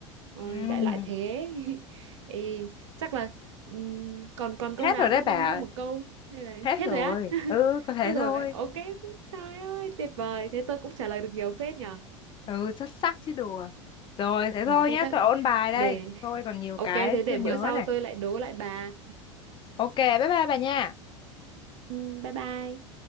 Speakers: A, on the right; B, on the left.
A: Ôi,
B: Ừm,
A: đại loại thế. <laughs> Ê, chắc là ừm, còn còn
B: hết
A: câu nào
B: rồi
A: nữa
B: đấy bà
A: không? Nốt một câu hay là
B: Hết
A: hết
B: rồi.
A: rồi á?
B: Ừ,
A: <laughs>
B: có thế
A: Hết rồi.
B: thôi.
A: Ok. Trời ơi, tuyệt vời. Thế tôi cũng trả lời được nhiều phết nhở.
B: Ừ, xuất sắc chứ đùa. Rồi, thế
A: Ừ,
B: thôi
A: thế
B: nhá,
A: tôi
B: tôi ôn bài đây.
A: để
B: Tôi còn nhiều
A: ok
B: cái
A: thế để
B: chưa
A: bữa
B: nhớ
A: sau
B: này.
A: tôi lại đố lại bà.
B: Ok, bye bye bà nha.
A: Ừ, bye bye.